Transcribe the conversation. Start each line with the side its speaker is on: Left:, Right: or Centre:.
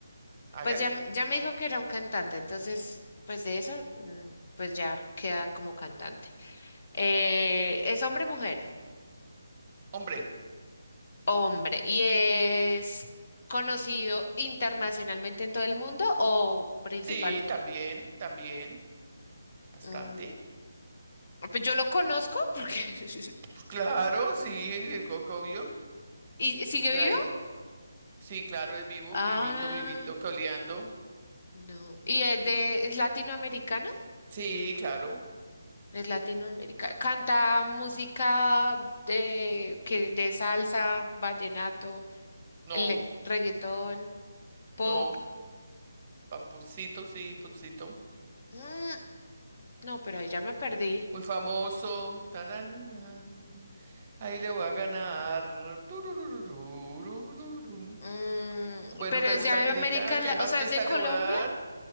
Right: hágale.
Left: Pues ya, m- ya me dijo que era un cantante, entonces, pues de eso, mm, pues ya queda como cantante. Eh, ¿es hombre o mujer?
Right: Hombre,
Left: Hombre. ¿Y es conocido internacionalmente en todo el mundo o principalmente?
Right: sí, también, también, bastante.
Left: Mm, pues yo lo conozco porque... <laughs>
Right: Pues Claro, sí, co- co- obvio.
Left: ¿Y sigue
Right: De
Left: vivo?
Right: ahí, sí, claro, es vivo,
Left: Ah,
Right: vivito, vivito, coleando.
Left: no. ¿Y es de es latinoamericano?
Right: Sí, claro.
Left: Es latinoamericano. Canta música de que de salsa, vallenato.
Right: No,
Left: el reggaetón, pop.
Right: no. Papucito, sí, Papucito.
Left: mm, no, pero ahí ya me perdí.
Right: Muy famoso. Taraninan. Ahí le voy a ganar. Turururururururu.
Left: Mm,
Right: Bueno,
Left: pero
Right: pregunta
Left: es de América,
Right: Angelita, ¿qué
Left: La-
Right: más
Left: o sea,
Right: pistas
Left: es de Colombia,
Right: le voy a dar?